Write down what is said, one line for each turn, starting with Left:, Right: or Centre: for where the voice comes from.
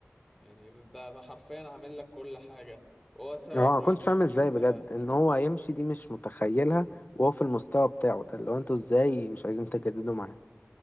Centre: يعني ده ده حرفيا عامل لك كل حاجة وهو سبب
Left: اه ما
Centre: رئيسي
Left: كنتش فاهم
Centre: في ان
Left: ازاي
Centre: انت
Left: بجد ان هو يمشي دي مش متخيلها وهو في المستوى بتاعه ده اللي هو انتوا ازاي مش عايزين تجددوا معاه